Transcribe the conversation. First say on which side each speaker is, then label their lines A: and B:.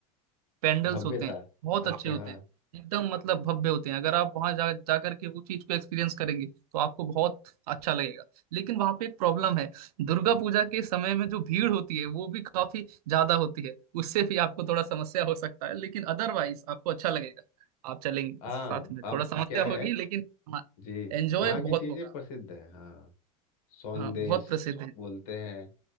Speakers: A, on the right (about 80°); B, on the left (about 75°).
A: पेंडल्स
B: भव्यता
A: होते हैं बहुत
B: अच्छा
A: अच्छे ओके होते
B: हाँ
A: हैं एकदम मतलब भव्य होते हैं अगर आप वहां जा जाकर के वो चीज को एक्सपीरियंस करेंगे तो आपको बहुत अच्छा लगेगा लेकिन वहां पे एक प्रॉब्लम है दुर्गा पूजा के समय में जो भीड़ होती है वो भी काफी ज्यादा होती है उससे भी आपको थोड़ा समस्या हो सकता है लेकिन अदरवाइज आपको अच्छा लगेगा आप चलेंगे
B: हाँ
A: साथ में
B: अब
A: थोड़ा समस्या
B: क्या है
A: होगी लेकिन हाँ
B: जी
A: एंजॉय
B: वहाँ
A: बहुत
B: की चीज़ें
A: होगा
B: प्रसिद्ध है हाँ सौंदेश
A: हाँ बहुत प्रसिद्ध है
B: बोलते हैं